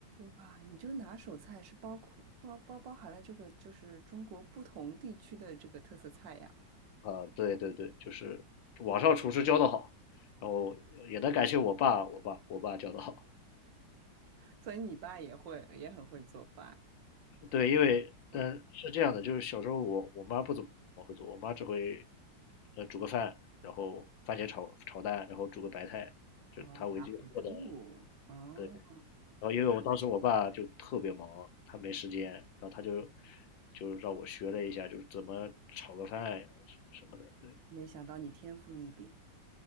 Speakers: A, on the right; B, on the left.
A: 哇，你这个拿手菜是包括包包包含了这个就是中国不同地区的这个特色菜呀，
B: 啊，呃对对对，就是网上厨师教的好，然后也得感谢我爸，我爸我爸教的好，
A: 所以你爸也会也很会做饭，
B: 对，因为但是这样的，
A: 嗯，
B: 就是小时候我我妈不怎么会做，我妈只会呃煮个饭，然后番茄炒炒蛋，然后煮个白菜，
A: 哦，
B: 这是她唯一做的，
A: 打辅助，哦，
B: 对然后因为我当时我爸就特别忙，他没时间，然后他就就让我学了一下，就是怎么炒个饭呀什么的。对，
A: 没想到你天赋异禀，